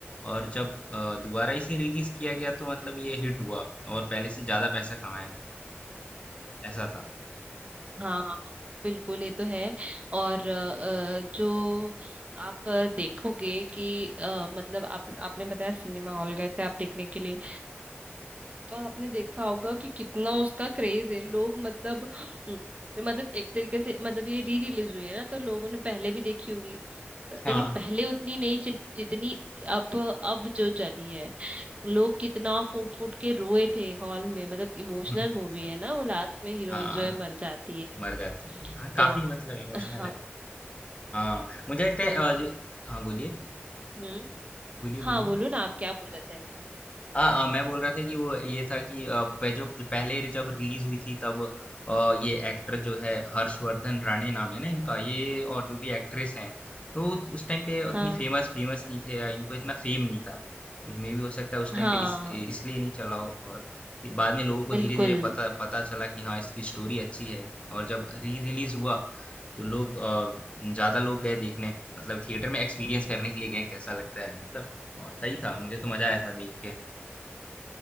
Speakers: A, on the left (about 25°); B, on the right (about 30°).
A: और जब अ, दोबारा इसे रिलीज़ किया गया तो मतलब ये हिट हुआ और पहले से ज़्यादा पैसा कमाया ऐसा था।
B: हाँ बिल्कुल ये तो है और अ, जो आप देखोगे कि अ, मतलब आप आपने बताया सिनेमा हॉल गए थे आप देखने के लिए तो आपने देखा होगा कि कितना उसका क्रेज है लोग मतलब हम्म, मतलब एक तरीके से मतलब ये री रिलीज हुई है ना तो लोगों ने पहले भी देखी होगी लेकिन
A: हाँ।
B: पहले उतनी नहीं चली जितनी अब अब जो चली है लोग कितना फूट फूट के रोए थे हॉल में मतलब इमोशनल
A: हुँ,
B: मूवी है ना वो लास्ट में हीरोइन
A: हाँ,
B: जो है मर जाती है
A: मर जाती है। हाँ, काफ़ी
B: तो
A: मतलब इमोशनल
B: हाँ
A: है। हाँ मुझे लगता
B: तो
A: है अ, ज- हाँ बोलिए
B: हम्म
A: बोलिए
B: हाँ
A: बोलिए
B: बोलो ना आप क्या बोल रहे थे
A: हाँ हाँ, मैं बोल रहा था कि वो ये था कि अ, पे- जो पहले जब रिलीज हुई थी तब अ, ये एक्टर जो है हर्षवर्धन राणे नाम है ना इनका ये और जो भी एक्ट्रेस हैं तो उस टाइम पे उतनी
B: हाँ
A: फेमस फेमस नहीं थे या इनको इतना फेम नहीं था उसमें भी हो सकता है उस टाइम
B: हाँ
A: पे इस, इसलिए नहीं चला हो और फिर बाद में लोगों को
B: बिल्कुल
A: धीरे धीरे पता पता चला कि हाँ इसकी स्टोरी अच्छी है और जब री रिलीज हुआ तो लोग अ, ज्यादा लोग गए देखने मतलब थिएटर में एक्सपीरियंस करने के लिए गए कैसा लगता है मतलब अ, सही था मुझे तो मजा आया था देख के